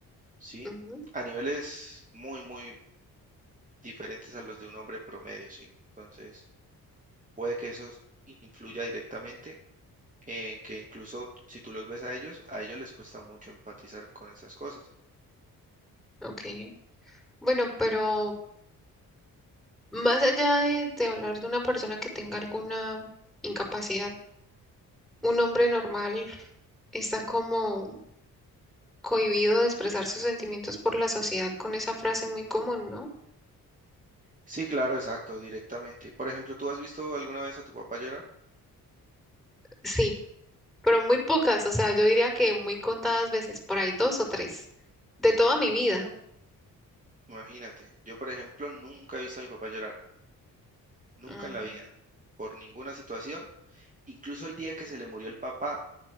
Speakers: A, on the right; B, in the centre.
A: ¿sí?
B: ujú,
A: A niveles muy, muy diferentes a los de un hombre promedio, ¿sí? Entonces, puede que eso influya directamente en que incluso si tú los ves a ellos, a ellos les cuesta mucho empatizar con esas cosas.
B: ok. Bueno, pero más allá de, de hablar de una persona que tenga alguna incapacidad, un hombre normal está como cohibido de expresar sus sentimientos por la sociedad con esa frase muy común, ¿no?
A: Sí, claro, exacto, directamente. Por ejemplo, ¿tú has visto alguna vez a tu papá llorar?
B: Sí, pero muy pocas, o sea, yo diría que muy contadas veces, por ahí dos o tres, de toda mi vida.
A: Imagínate, yo por ejemplo nunca he visto a mi papá llorar, nunca
B: Mm,
A: en la vida, por ninguna situación. Incluso el día que se le murió el papá,